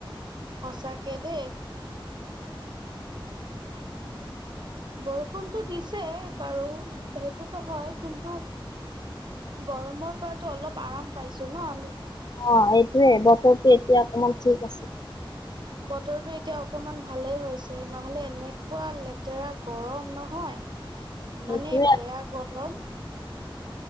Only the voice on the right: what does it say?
সঁচাকে ডেই। বৰষুণতটো দিছে বাৰু সেইটোতো হয় কিন্তু গৰমৰ পৰাতো অলপ আৰাম পাইছোঁ ন আমি।
বতৰটো এতিয়া অকমান ভালেই হৈছে নহলে এনেকুৱা লেতেৰা গৰম নহয়। ইমানে
বেয়া গৰম।